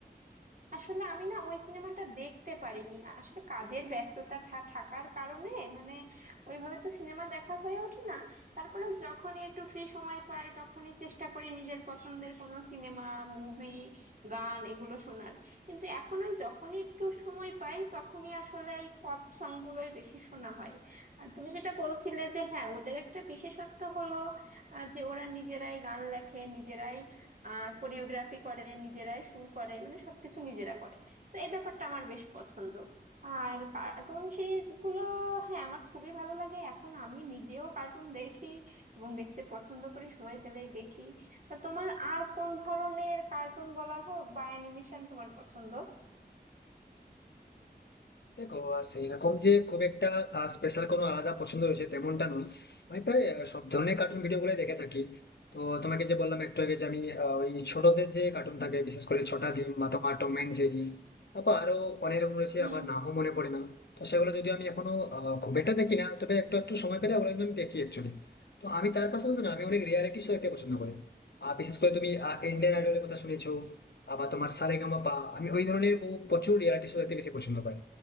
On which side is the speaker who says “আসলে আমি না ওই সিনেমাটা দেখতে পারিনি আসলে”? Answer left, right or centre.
Right